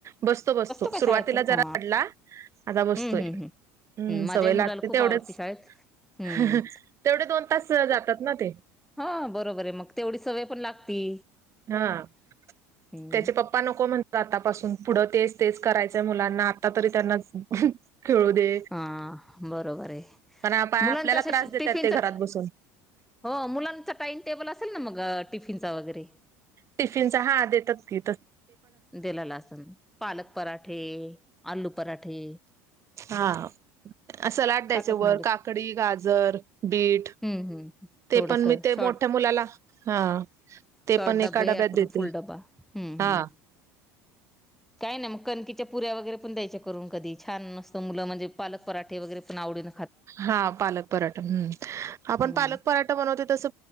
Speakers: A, on the right; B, in the centre.
A: बसतो बसतो.
B: का
A: सुरुवातीला
B: शाळेत तो? हा
A: जरा रडला आता
B: हम्म
A: बसतोय.
B: हम्म हम्म
A: हम्म
B: माझ्याही
A: सवय लागते
B: मुलाला खूप
A: तेवढंच.
B: आवडती शाळेत हम्म
A: तेवढे दोन तास जातात ना ते.
B: हो बरोबर मग तेवढी सवय पण लागती.
A: हा.
B: हम्म
A: त्याचे पप्पा नको म्हणतात आतापासून पुढं तेच तेच करायचंय मुलांना आता तरी त्यांना खेळू दे
B: हा बरोबर आहे
A: पण आपल्याला
B: मुलांच्या
A: त्रास
B: अशा
A: देतात
B: टिफिनच
A: ते घरात बसून.
B: हो मुलांचा टाइम टेबल असेल ना मग टिफिनचा वगैरे.
A: टिफिनचा हा देतात की देतात.
B: दिललं आसन पालक पराठे, आलू पराठे.
A: हा सलाड द्यायचे
B: खातात मुलं
A: वर काकडी गाजर बीट
B: हम्म हम्म.
A: ते
B: थोडस
A: पण मी ते
B: शॉर्ट
A: मोठ्या मुलाला हा ते
B: शॉर्ट
A: पण
B: डब्बे
A: एका डब्यात
B: आपण
A: देते
B: फुल डबा हम्म
A: हा
B: हम्म. <inaudible> काही नाही मग कणकीच्या पुऱ्या वगैरे पण द्यायच्या करून कधी छान मस्त मुलं म्हणजे पालक पराठे वगैरे पण आवडीन
A: हा पालक पराठा हम्म. आपण
B: हम्म
A: पालक पराठा बनवते तस